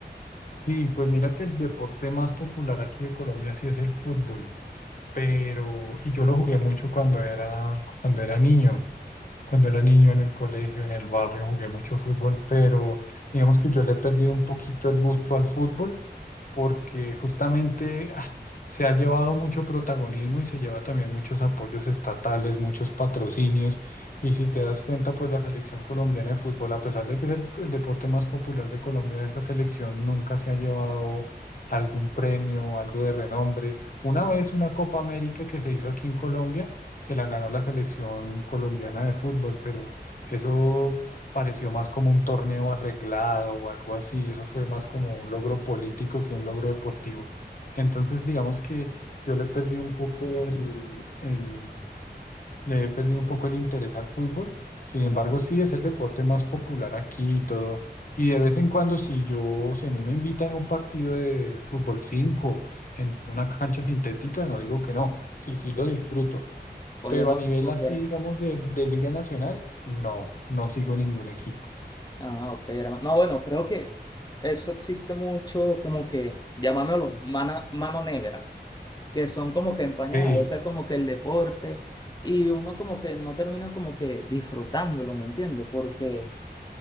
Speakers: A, on the left; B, on the left.
A: Sí, pues mira que el deporte más popular aquí de Colombia sí es el fútbol, pero, y yo lo jugué mucho cuando era, cuando era niño. Cuando era niño en el colegio, en el barrio, jugué mucho fútbol, pero digamos que yo le he perdido un poquito el gusto al fútbol porque justamente ah, se ha llevado mucho protagonismo y se lleva también muchos apoyos estatales, muchos patrocinios. Y si te das cuenta, pues la selección colombiana de fútbol, a pesar de que es el, el deporte más popular de Colombia, esa selección nunca se ha llevado algún premio, algo de renombre. Una vez una Copa América que se hizo aquí en Colombia se la ganó la selección colombiana de fútbol, pero eso pareció más como un torneo arreglado o algo así, eso fue más como un logro político que un logro deportivo. Entonces, digamos que yo le perdí un poco el, el- le he perdido un poco el interés al fútbol. Sin embargo, sí es el deporte más popular aquí y todo. Y de vez en cuando, si yo, si a mí me invitan a un partido de fútbol 5 en una cancha sintética, no digo que no. Sí, sí lo disfruto.
B: Oye,
A: Pero
B: no,
A: a nivel
B: súper.
A: así, digamos, de, de Liga Nacional, no, no sigo ningún equipo.
B: Ah, ok, hermano. No, bueno, creo que eso existe mucho, como que, llamámoslo mana- mano negra, que son como que empañadas,
A: Sí,
B: a veces como que el deporte, y uno como que no termina como que disfrutándolo, ¿me entiendes? Porque...